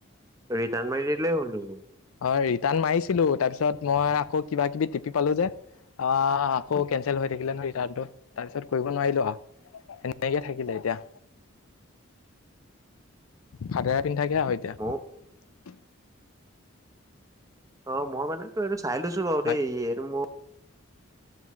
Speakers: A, on the right (about 15°); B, on the left (about 80°).
A: ৰিটাৰ্ণ মাৰি দিলেই হ'ল দেখোন
B: অ টান মাৰিছিলো তাৰপিছত মই আকৌ কিবা কিবি টিপি পালো যে- অ আকৌ কেচেল হৈ থাকিলে ন ৰিটাৰ্টো তাৰপিছত কৰিব নোৱাৰিলো আহ- সেনেকে থাকিলে এতিয়া ভাতেৰা পিন্ধাকে আৰু এতিয়া।
A: ময়ো অ মই মানে ত এইটো চাই লৈছো বাৰু দেইটো
B: অ
A: মোৰ